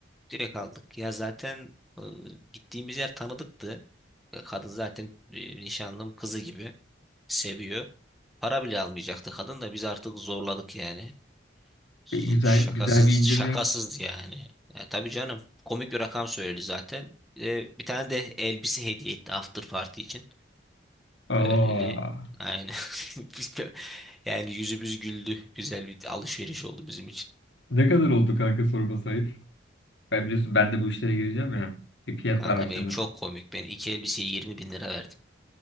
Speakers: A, in the centre; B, on the left.
A: direkt aldık. Ya zaten e, gittiğimiz yer tanıdıktı. Kadın zaten e, nişanlım kızı gibi. seviyor. Para bile almayacaktı kadın da biz artık zorladık yani. Z-
B: E, güzel
A: Şakasız
B: güzel bir indirim
A: şakasız
B: yap.
A: yani. Ya tabii canım komik bir rakam söyledi zaten. Bir de bir tane de elbise hediye etti after party için.
B: Aa,
A: Öyleli aynen. <laughs> Biz de- Yani yüzümüz güldü. Güzel bir alışveriş oldu bizim için.
B: ne kadar oldu kanka sorma sayıp? Ben biliyorsun ben de bu işlere gireceğim ya. Bir fiyat
A: Kanka
B: araştırması.
A: benim çok komik. Ben iki elbiseye 20 bin lira verdim.